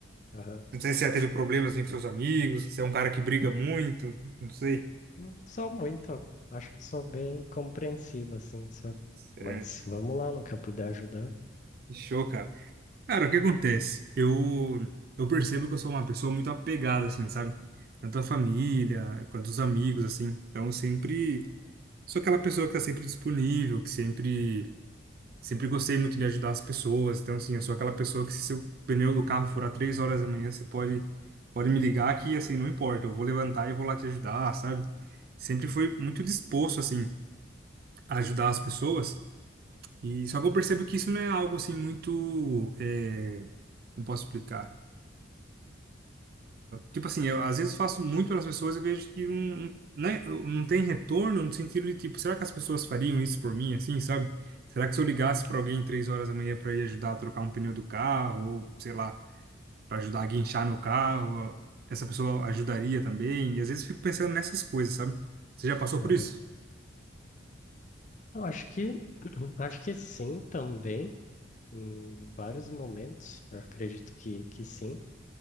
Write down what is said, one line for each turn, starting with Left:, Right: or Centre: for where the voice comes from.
Left: Aham.
Right: Não sei se você já teve problemas assim, com seus amigos, se é um cara que briga muito, não sei.
Left: Não sou muito. Acho que eu sou bem compreensivo, assim, sabe?
Right: É,
Left: Mas vamos lá, no que eu puder ajudar.
Right: show, cara. Cara, o que acontece? Eu, eu percebo que eu sou uma pessoa muito apegada, assim, sabe? Tanto à família quanto aos amigos, assim. Então, eu sempre. sou aquela pessoa que tá sempre disponível, que sempre, sempre gostei muito de ajudar as pessoas. Então, assim, eu sou aquela pessoa que se seu pneu do carro furar três horas da manhã, você pode, pode me ligar que, assim, não importa, eu vou levantar e vou lá te ajudar, sabe? Sempre fui muito disposto, assim, a ajudar as pessoas. E só que eu percebo que isso não é algo, assim, muito, eh, como posso explicar? Tipo assim, eu às vezes faço muito pelas pessoas eu vejo que não, né, não tem retorno no sentido de, tipo, será que as pessoas fariam isso por mim, assim, sabe? Será que se eu ligasse para alguém três horas da manhã para ir ajudar a trocar um pneu do carro, ou sei lá, para ajudar a guinchar meu carro, essa pessoa ajudaria também? E às vezes eu fico pensando nessas coisas, sabe? Você já passou
Left: Aham.
Right: por isso?
Left: Eu acho que, <clears throat> acho que sim também, em vários momentos. Eu acredito que, que sim.